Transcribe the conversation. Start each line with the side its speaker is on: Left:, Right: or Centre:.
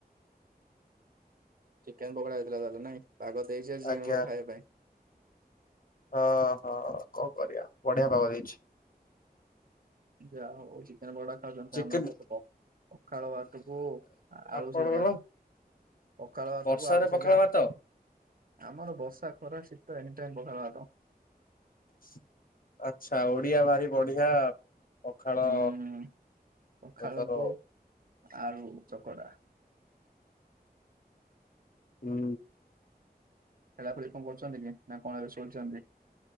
Right: ଚିକେନ ପକୋଡା ହେଇଥିଲା ତାହଲେ ନାଇଁ ପାଗ ଦେଇଛି ଆଜି
Left: ଆଜ୍ଞା
Right: ଚିକେନ ପକୋଡା ଖାଇବା ପାଇଁ।
Left: ହଁ ହଁ କଣ କରିବା ବଢିଆ ପାଗ ଦେଇଛି।
Right: ଯା ହଉ ଚିକେନ ପକଡା ଖାଉଛନ୍ତି
Left: ଚିକେନ
Right: ଆମ <unintelligible> ପଖାଳ ଭାତକୁ ଆଳୁ
Left: ଆପଣଙ୍କର
Right: ସିଝା। ପଖାଳ ଭାତ
Left: ବର୍ଷାରେ
Right: କୁ ଆଳୁ
Left: ପଖାଳ
Right: ସିଝା
Left: ଭାତ
Right: ଆମର ବର୍ଷା ଖରା ଶୀତ ଏନି ଟାଇମ ପଖାଳ ଭାତ।
Left: ଶି ଆଚ୍ଛା ଓଡିଆ ଭାରି ବଢିଆ। ପଖାଳ
Right: ହୁଁ ପଖାଳକୁ
Left: ତାର
Right: ଆଳୁ ଚକଡା
Left: ହୁଁ।
Right: ଖେଳା ଖେଳି କଣ କରୁଛନ୍ତି କି ନା କଣ ଏରେ ଶୋଇଛନ୍ତି।